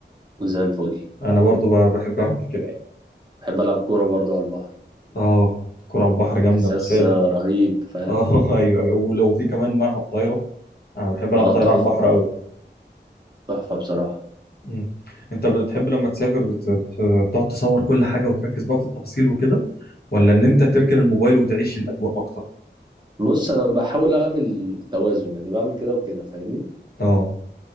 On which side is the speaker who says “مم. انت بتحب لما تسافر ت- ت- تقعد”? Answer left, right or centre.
Left